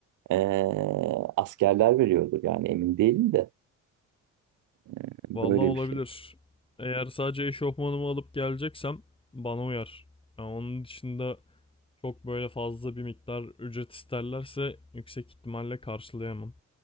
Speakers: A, on the right (about 85°); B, on the left (about 15°).
A: eee, askerler veriyordur yani emin değilim de Yani
B: Vallahi
A: böyle
B: olabilir.
A: bir şey.
B: Eğer sadece eşofmanımı alıp geleceksem bana uyar. Yani onun dışında çok böyle fazla bir miktar ücret isterlerse yüksek ihtimalle karşılayamam.